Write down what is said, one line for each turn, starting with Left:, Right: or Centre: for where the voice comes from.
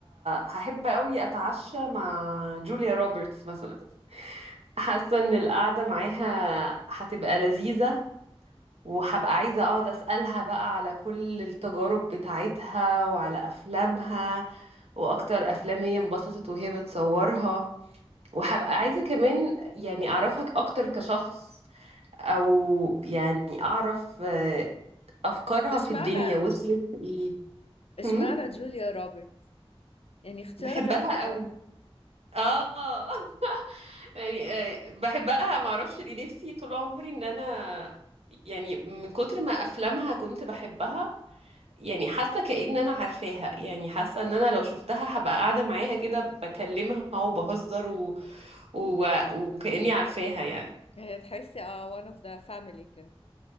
Right: هحب قوي اتعشى مع جوليا روبرتس مثلا حاسه ان القعده معاها هتبقى لذيذه وهبقى عايزة اقعد اسألها بقى على كل التجارب بتاعتها وعلى افلامها واكتر افلام هي انبسطت وهي بتصورها وهبقى عايزة كمان يعني اعرفك اكتر كشخص او يعني اعرف آه، افكارها
Left: بس
Right: في
Left: اشمعنى
Right: الدنيا وصلت لايه
Left: اشمعنى
Right: هم؟
Left: جوليا روبرت يعني اختيار
Right: بحبها
Left: غريب قوي
Right: قوي اه <laughs> يعني آه، بحبها ما اعرفش ليه نفسي طول عمري ان انا يعني من كتر ما افلامها كنت بحبها يعني حاسه كأن انا عارفاها يعني حاسه ان انا لو شفتها هبقى قاعده معاها كده بكلمها وبهزر و... و... وكأني عارفاها يعني
Left: هي تحسي اه one of the family كده